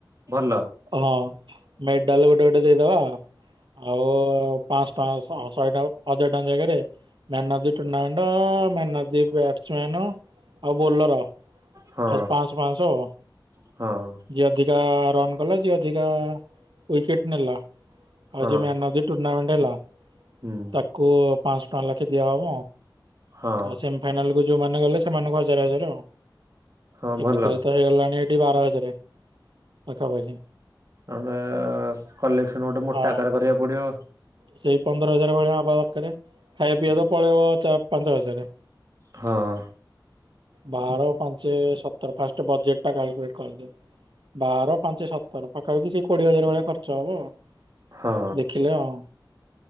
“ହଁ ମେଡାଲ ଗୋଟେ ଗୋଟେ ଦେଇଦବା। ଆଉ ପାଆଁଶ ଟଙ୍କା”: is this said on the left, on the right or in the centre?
Right